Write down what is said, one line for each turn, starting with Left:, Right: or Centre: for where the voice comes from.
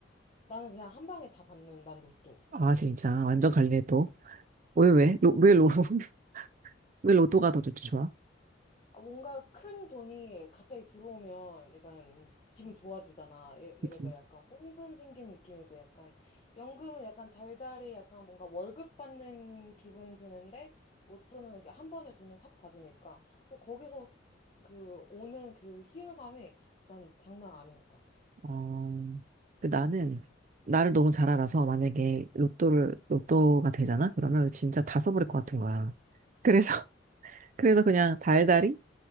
Left: 나는 그냥 한 방에 다 받는 난 로또.
Right: 아, 진짜. 완전 갈리네, 또. 왜, 왜? 로, 왜 로, <laughs> 왜 로또가 더 좋, 지 좋아?
Left: 아, 뭔가 큰 돈이 갑자기 들어오면 약간 기분 좋아지잖아. 예- 이래저래
Right: 그치.
Left: 약간 꽁돈 생긴 느낌이고 약간 연금은 약간 달달이 약간 뭔가 월급 받는 기분 드는데 로또는 이게 한 번에 돈을 확 받으니까 어, 거기서 그 오는 그 희열감이 난 장난 아닌 것 같아.
Right: 어, 그 나는, 나를 너무 잘 알아서 만약에 로또를, 로또가 되잖아? 그러면 진짜 다 써버릴 것 같은 거야. 그래서, <laughs> 그래서 그냥 달달이?